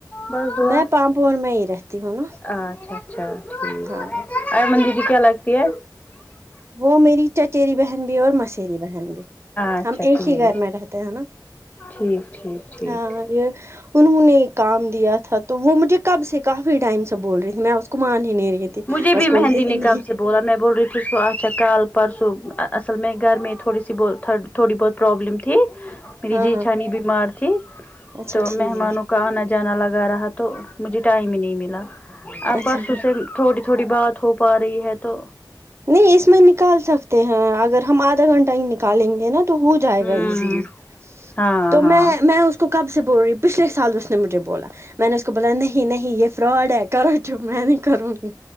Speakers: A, on the left; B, on the right.
A: بس دعا
B: میں پامپور میں ہی رہتی ہوں نا
A: اچھا اچھا ٹھیک
B: ہاں
A: <unintelligible> ہے
B: وہ میری چچیری بہن بھی اور مسری بہن بھی
A: اچھا
B: ہم ایک
A: ٹھیک
B: ہی گھر میں رہتے ہے نا
A: ٹھیک ٹھیک ٹھیک
B: ہاں یہ انہوں نے ایک کام دیا تھا تو وہ مجھے کب سے کافی ٹائم سے بول رہی میں اس کو مان ہی نہیں رہی تھی
A: مجھے بھی
B: اس کو
A: مہندی
B: بولتی تھی
A: لگاو
B: نہیں
A: کے بولا میں بول رہی تھی اس کو اچھا کل پرسوں اصل میں گھر میں تھوڑی سی تھوڑی بہت پرابلم تھی میری
B: ہاں
A: جیٹھانی
B: ہاں
A: بیمار تھی
B: اچھا
A: تو مہمانوں
B: ٹھیک
A: کو آنا جانا لگا رہا تو مجھے ٹائم ہی نہیں ملا آ
B: اچھا
A: پرسوں سے تھوڑی تھوڑی بات ہو پا رہی ہے تو
B: نہیں اس میں نکال سکتے ہیں اگر ہم آدھا گھنٹہ ہی نکالیں گے نا تو ہو جائے
A: ہوں
B: گا ایزیلی
A: ہاں
B: تو
A: ہاں
B: میں میں اس کو کب سے بول رہی ہوں پچھلے سال اس نے مجھے بولا میں نے اس کو بولا نہیں نہیں یہ فراڈ ہے کرو تم میں نہیں کروں گی